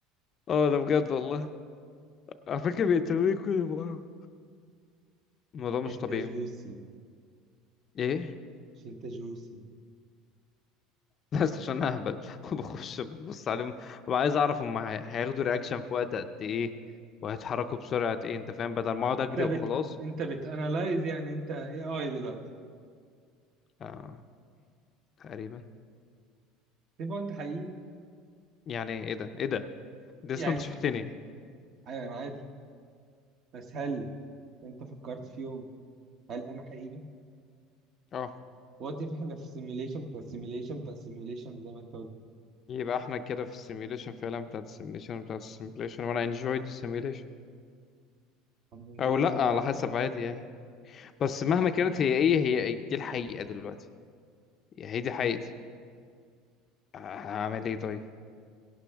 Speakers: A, on the left; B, on the right.
A: اه ده بجد والله على فكره بيقتلوني كل مره الموضوع مش
B: انت
A: طبيعي
B: جوسي
A: ايه
B: مش انت جوسي
A: <laughs> بس عشان اهبل <laughs> وبخش ببص عليهم وببقى عايز اعرف هم هي- هياخدوا رياكشن في وقت قد ايه وهيتحركوا بسرعه ايه انت فاهم بدل ما اقعد
B: انت
A: اجري
B: بت
A: وخلاص
B: انت بتانلايز يعني انت اي اي دلوقتي
A: آه تقريبا
B: تبقى انت حقيقي
A: يعني ايه ده ايه ده دي
B: يعني
A: اصلا
B: انت
A: انت شفتني
B: حقيقي. ايوه انا عارف بس هل انت فكرت في يوم هل انا حقيقي
A: اه
B: وقت احنا في سيميليشن بتاع سيميليشن بتاع سيميليشن زي ما انت قلت
A: يبقى احنا كده في السيميوليشن فعلا بتاعت السيميوليشن بتاعت السيميوليشن وانا انجويد السيميوليشن
B: هننجوي
A: او لا
B: سيميليشن
A: على حسب عادي يعني بس مهما كانت هي ايه هي دي الحقيقة دلوقتي هي دي حقيقتي هعمل ايه طيب